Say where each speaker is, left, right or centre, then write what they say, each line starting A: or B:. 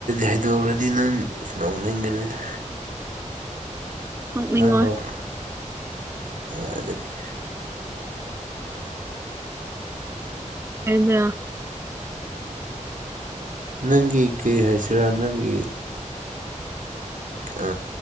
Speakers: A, on the right; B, on the right.
A: ꯍꯥꯏꯩꯗꯣꯛꯔꯗꯤ ꯅꯪ ꯅꯧꯅꯤꯡꯒꯅꯤꯗ
B: ꯎꯝ ꯅꯣꯛꯅꯤꯡꯉꯣꯏ
A: ꯅꯪꯅꯣꯛ ꯑꯗꯨꯗꯒꯤ
B: ꯍꯥꯏꯗ
A: ꯅꯪꯒꯤ ꯀꯔꯤ ꯍꯥꯏꯁꯤꯔꯥ ꯅꯪꯒꯤ ꯑ